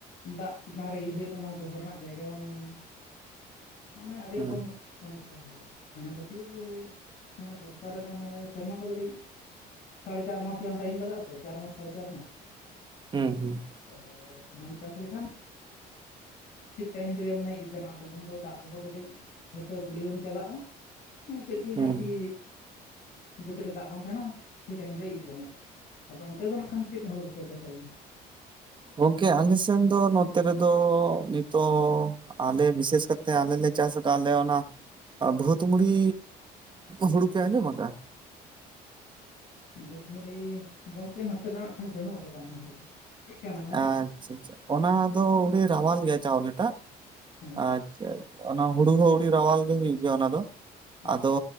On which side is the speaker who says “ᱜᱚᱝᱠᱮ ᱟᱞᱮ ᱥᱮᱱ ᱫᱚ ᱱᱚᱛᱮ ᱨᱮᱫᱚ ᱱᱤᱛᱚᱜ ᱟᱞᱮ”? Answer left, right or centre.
Right